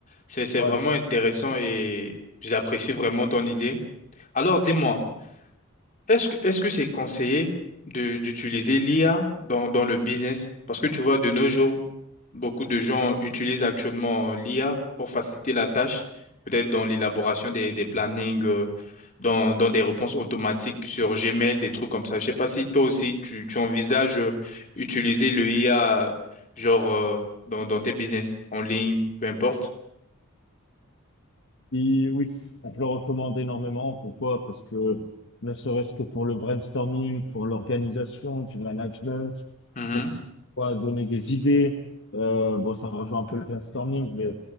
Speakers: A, on the left (about 35°); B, on the left (about 55°).
A: c'est, c'est
B: ouais.
A: vraiment intéressant et j'apprécie vraiment ton idée. Alors, dis-moi, Est-ce que, est-ce que c'est conseillé de, d'utiliser l'IA dans, dans le business? Parce que tu vois, de nos jours, beaucoup de gens utilisent actuellement l'IA pour faciliter la tâche, peut-être dans l'élaboration des, des plannings, euh, dans, dans des réponses automatiques sur Gmail, des trucs comme ça. Je sais pas si toi aussi, tu, tu envisages euh, utiliser le IA, genre, euh, dans, dans tes business, en ligne, peu importe.
B: Et oui, je le recommande énormément. Pourquoi? Parce que ne serait-ce que pour le brainstorming, pour l'organisation, du management,
A: Mhm.
B: pour voilà, donner des idées. Euh, bon, ça rejoint un peu le brainstorming, mais